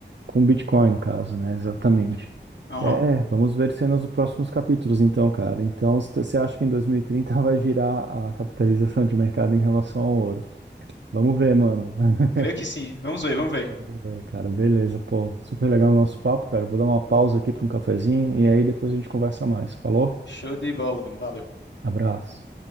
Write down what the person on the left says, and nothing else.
Aham.
Creio que sim. Vamos ver, vamos ver.
Show de bola, mano. Valeu.